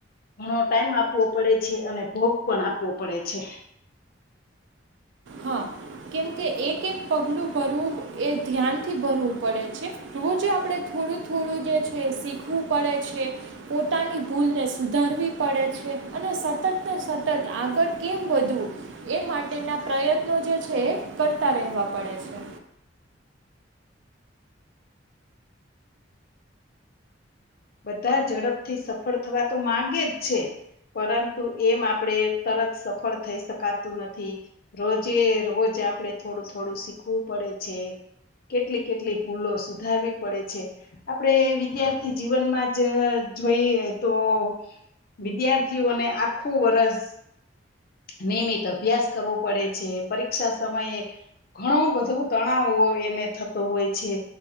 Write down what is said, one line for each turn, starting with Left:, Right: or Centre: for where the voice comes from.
Left: ઘણો ટાઈમ આપવો પડે છે. અને ભોગ પણ આપવો પડે છે.
Right: હા કેમકે એક એક પગલું ભરવું એ ધ્યાનથી ભરવું પડે છે. રોજ આપણે થોડું થોડું જે છે શીખવું પડે છે. પોતાની ભૂલને સુધારવી પડે છે અને સતત ને સતત આગળ કેમ વધવું એ માટેના પ્રયત્નો જે છે એ કરતા રહેવા પડે છે.
Left: બધા ઝડપથી સફળ થવા તો માગે જ છે. પરંતુ એમ આપણેે તરત સફળ થઈ શકાતું નથી. રોજે રોજ આપડે થોડું થોડું શીખવું પડે છે. કેટલી કેટલી ભૂલો સુધારવી પડે છે આપડે વિદ્યાર્થી -જીવનમાં જ જોઈએ એ તો વિદ્યાર્થીઓને આખું વર્ષ નિયમિત અભ્યાસ કરવો પડે છે. પરીક્ષા સમયે ઘણો બધો તણાવ હોય એને થતો હોય છે.